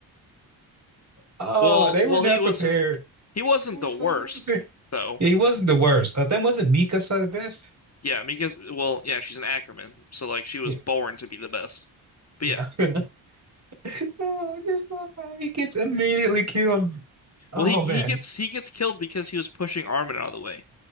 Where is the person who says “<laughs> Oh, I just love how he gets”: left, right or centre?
Right